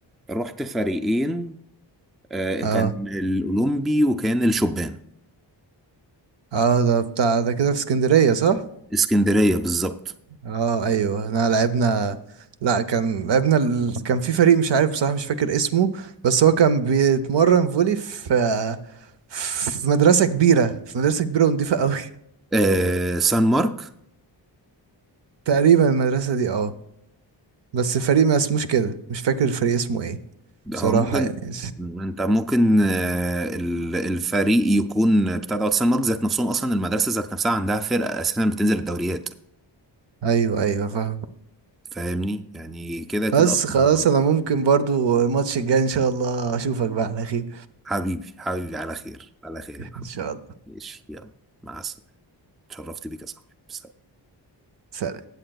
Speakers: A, in the centre; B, on the right.
A: رحت فريقين آه،
B: اه
A: كان الاولمبي وكان الشبان
B: اه ده بتاع ده كده في اسكندرية صح؟
A: اسكندريه بالظبط
B: اه ايوه احنا لعبنا لا كان لعبنا ال... كان في فريق مش عارف بصراحة مش فاكر اسمه بس هو كان بيتمرن فولي في في مدرسة كبيرة في مدرسة كبيرة ونضيفة قوي
A: آه، سان مارك
B: <laughs> تقريبا المدرسة دي اه بس الفريق ما اسموش كده مش فاكر الفريق اسمه ايه
A: ده
B: بصراحة
A: هو ممكن
B: يعني
A: انت ممكن آه، ال- الفريق يكون بتاع دوت سان مارك ذات نفسهم اصلا المدرسه ذات نفسها عندها فرقه اساسا بتنزل الدوريات
B: ايوه ايوه فاهم
A: فاهمني يعني كده كده
B: بس
A: اصلا
B: خلاص انا ممكن برضو الماتش الجاي ان شاء الله اشوفك بقى على خير
A: حبيبي حبيبي على خير على خير يا محمد
B: ان شاء الله
A: ماشي يلا مع السلامه اتشرفت بيك يا صاحبي
B: سلام